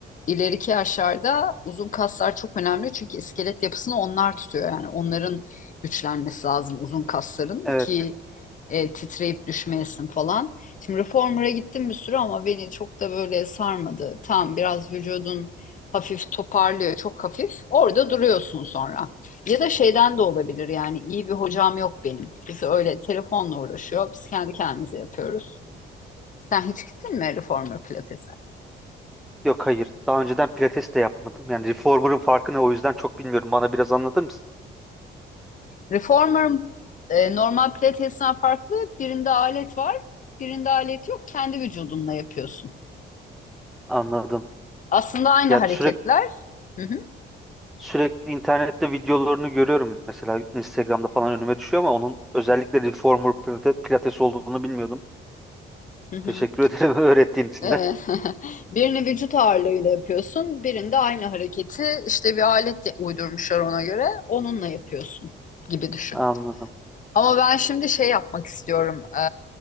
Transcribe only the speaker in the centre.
Evet.
Yok hayır. Daha önceden pilates de yapmadım. Yani reformer'ın farkı ne o yüzden çok bilmiyorum. Bana biraz anlatır mısın?
Anladım.
Ya
sürekli
sürekli internette videolarını görüyorum. Mesela Instagram'da falan önüme düşüyor ama onun özellikle reformer pilate- pilates olduğunu bilmiyordum.
Teşekkür <laughs> ederim öğrettiğin için
de.
Anladım.